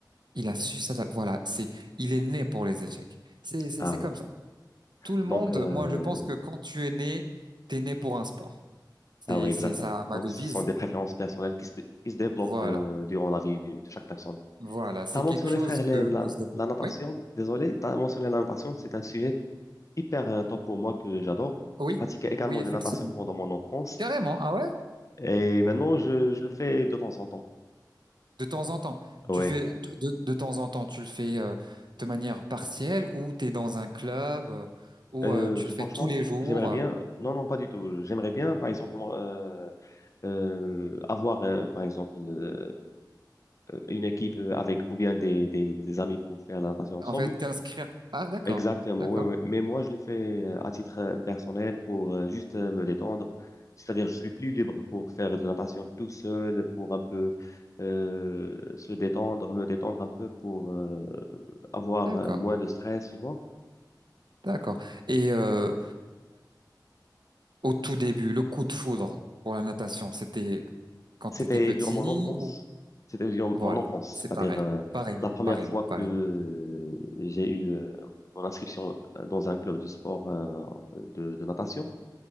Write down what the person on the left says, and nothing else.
Ah
oui,
donc,
euh,
ah oui, exactement,
donc
ce sont des préférences personnelles qui se, dé- qui se développent
euh, durant la vie du- de chaque personne.
T'as mentionné,
frère, les-
la,
la natation,
désolé, t'as mentionné la natation, c'est un sujet hyper euh, top pour moi que j'adore,
je pratiquais également
de la natation pendant mon enfance,
et maintenant, je, je le fais de temps en temps,
oui.
Euh,
franchement,
j'aimerais bien.
Non, non, pas du tout. J'aimerais bien, par exemple, moi, euh, euh, avoir, euh, par exemple, euh, euh, une équipe euh, avec ou bien des, des, des amis pour faire la natation ensemble.
Exactement,
ouais, ouais. Mais moi, je le fais euh, à titre euh, personnel pour euh, juste euh, me détendre. C'est-à-dire, je suis plus libre pour faire de la natation tout seul, pour un peu euh, se détendre, me détendre un peu pour euh, avoir
euh, moins de stress, tu vois.
C'était
durant mon enfance.
C'était durant
mon enfance,
c'est-à-dire
euh,
la première
fois
que j'ai eu euh, mon inscription euh, dans un club de sport euh, de, de natation.